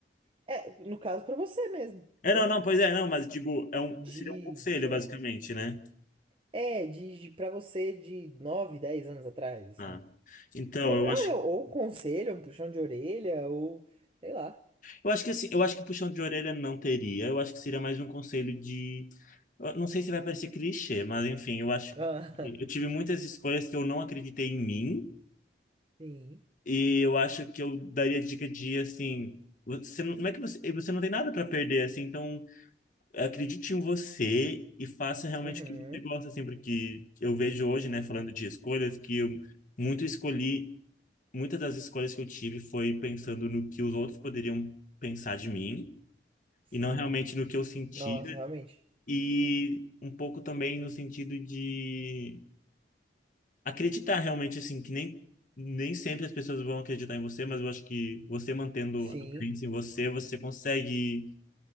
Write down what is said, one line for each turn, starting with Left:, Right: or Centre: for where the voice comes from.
Right: É, no caso pra você mesmo,
Left: É,
Right: né?
Left: não, não, pois é, não, mas digo, é um,
Right: De,
Left: seria um conselho,
Right: sei
Left: basicamente,
Right: lá.
Left: né?
Right: É, de, de para você de 9 10 anos atrás, assim.
Left: Ah. Então,
Right: Ou,
Left: eu
Right: é,
Left: acho,
Right: não, ou um conselho, um puxão de orelha, ou sei lá.
Left: eu acho que assim, eu acho que puxão de orelha não teria, eu acho que seria mais um conselho de, eu não sei se vai parecer clichê, mas enfim, eu acho
Right: Ah,
Left: que eu tive muitas escolhas que eu não acreditei em mim,
Right: <laughs> sim.
Left: e eu acho que eu daria dica de assim, você não, não é que você, você não tem nada para perder assim, então acredite em você e faça realmente
Right: Uhum.
Left: o que você gosta assim, porque eu vejo hoje, né,
Right: Sim.
Left: falando de escolhas que eu muito escolhi muitas das escolhas que eu tive foi pensando no que os outros poderiam pensar de mim
Right: Sim.
Left: e não realmente no que eu sentia
Right: Nossa, realmente.
Left: e um pouco também no sentido de acreditar realmente assim que nem nem sempre as pessoas vão acreditar em você, mas eu acho que você mantendo
Right: Sim.
Left: a crença em você, você consegue